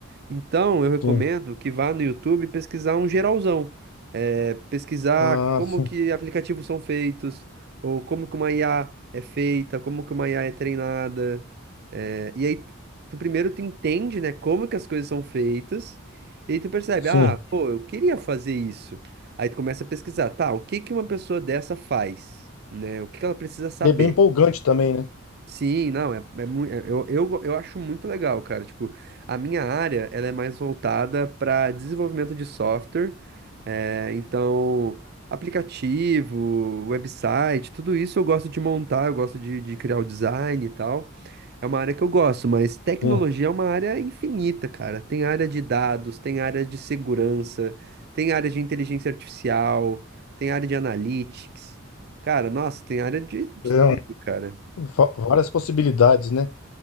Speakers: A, on the right; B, on the left.
A: Então, eu recomendo
B: Sim.
A: que vá no YouTube pesquisar um geralzão. É, pesquisar
B: Ah,
A: como
B: sim.
A: que aplicativos são feitos, ou como que uma IA é feita, como que uma IA é treinada. É, e aí, tu, tu primeiro tu entende, né, como que as coisas são feitas, e aí tu percebe,
B: Sim.
A: ah, pô, eu queria fazer isso. Aí tu começa a pesquisar, tá, o que que uma pessoa dessa faz, né? O que que ela precisa saber?
B: E é bem empolgante também, né?
A: Sim, não, é, é, mui- é- eu, eu, eu acho muito legal, cara. Tipo, a minha área, ela é mais voltada para desenvolvimento de software. é, então, aplicativo, website, tudo isso eu gosto de montar, eu gosto de, de criar o design e tal. É uma área que eu gosto, mas tecnologia
B: Sim.
A: é uma área infinita, cara. Tem área de dados, tem área de segurança, tem área de inteligência artificial, tem área de analytics. Cara, nossa, tem área de, de
B: É
A: tudo, cara.
B: um- fa- várias possibilidades, né?